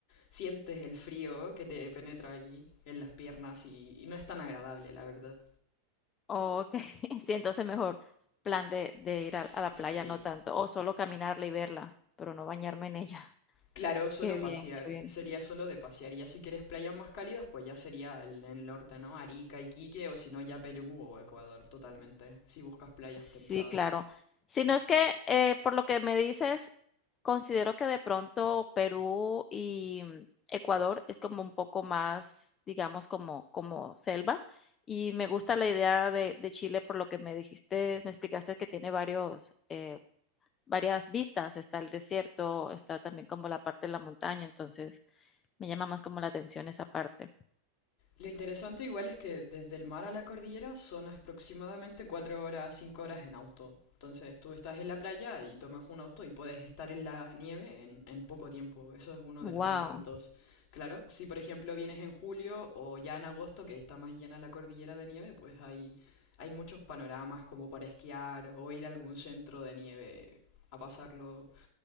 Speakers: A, on the left; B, on the left.
A: Sientes el frío que te penetra ahí en las piernas y, y no es tan agradable, la verdad.
B: okey. <laughs> Sí, entonces mejor plan de de
A: S-
B: ir a a la
A: Sí.
B: playa, no tanto, o solo caminarla y verla, pero no bañarme en ella. <laughs>
A: Claro, solo
B: Qué bien,
A: pasear,
B: qué bien.
A: sería solo de pasear. Y ya si quieres playas más cálidas, pues ya sería el, el norte, ¿no? Arica, Iquique, o si no, ya Perú o Ecuador, totalmente, si buscas playas
B: Sí,
A: templadas.
B: claro. Si no es que, eh, por lo que me dices, considero que de pronto Perú y mm, Ecuador es como un poco más, digamos, como, como selva. Y me gusta la idea de, de Chile por lo que me dijiste, me explicaste que tiene varios, eh, varias vistas. Está el desierto, está también como la parte de la montaña, entonces me llama más como la atención esa parte.
A: Lo interesante igual es que desde el mar a la cordillera son aproximadamente 4 horas, 5 horas en auto. Entonces tú estás en la playa y tomas un auto y puedes estar en la nieve en, en poco tiempo. Eso es uno de
B: Wow,
A: los encantos. Claro, si por ejemplo vienes en julio o ya en agosto que está más llena la cordillera de nieve, pues hay, hay muchos panoramas como para esquiar o ir a algún centro de nieve a pasarlo.